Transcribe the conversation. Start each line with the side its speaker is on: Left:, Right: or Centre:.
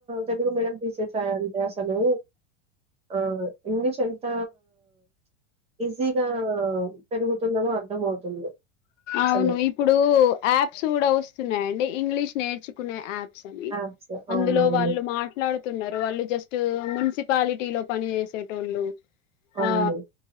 Right: తెలుగు మీడియం తీసేసాయంటే అసలు ఆ ఇంగ్లీష్ ఎంత ఈజీగా ఆ పెరుగుతున్నాయో అర్ధం అవుతుంది అసలు
Left: అవును ఇప్పుడు యాప్స్ కూడా వస్తున్నాయండి ఇంగ్లీష్ నేర్చుకునే యాప్ అని
Right: యాప్స్
Left: అందులో
Right: అవునవును
Left: వాళ్ళు మాట్లాడుతున్నారు వాళ్ళు జస్ట్ మున్సిపాలిటీ లో పని చేసేటోళ్ళు
Right: అవును
Left: ఆ